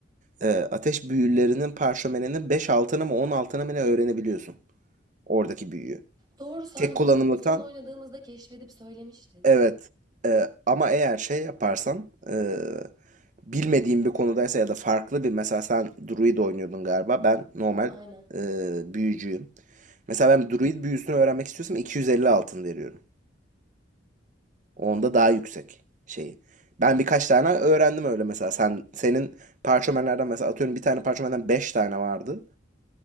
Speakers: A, on the right; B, on the right.
A: Ee, ateş büyülerinin parşömenini 5 altına mı 10 altına mı ne öğrenebiliyorsun. Oradaki büyüyü.
B: Doğru sen
A: Tek kullanımlıktan
B: bunu son oynadığımızda keşfedip söylemiştin.
A: evet. Ee, ama eğer şey yaparsan ee, bilmediğin bir konudaysa ya da farklı bir mesela sen druid oynuyordun galiba. Ben normal
B: Aynen.
A: ee, büyücüyüm. Mesela ben druid büyüsünü öğrenmek istiyorsam 250 altın veriyorum. Onda daha yüksek şeyi. Ben birkaç tane öğrendim öyle mesela. Sen senin parşömenlerden mesela atıyorum bir tane parşömenden 5 tane vardı.